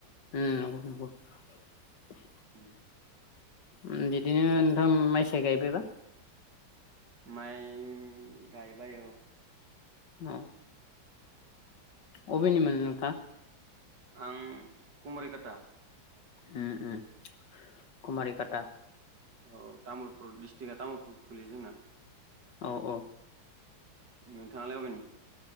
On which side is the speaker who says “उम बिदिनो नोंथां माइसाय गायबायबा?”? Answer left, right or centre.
Left